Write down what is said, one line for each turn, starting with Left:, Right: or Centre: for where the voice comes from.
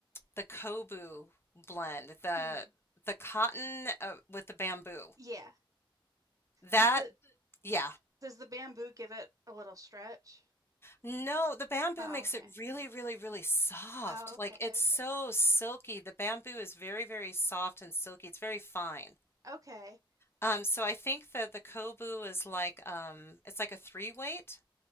Left: the Kobu blend, the
Right: Mhm.
Left: the cotton uh, with the bamboo.
Right: Yeah.
Left: That
Right: Does the
Left: yeah.
Right: does the bamboo give it a little stretch?
Left: No, the bamboo
Right: Oh,
Left: makes
Right: okay.
Left: it really really really soft.
Right: Oh, okay,
Left: Like it's
Right: okay.
Left: so silky. The bamboo is very very soft and silky. It's very fine.
Right: Okay.
Left: Um so I think that the Kobu is like um it's like a three weight.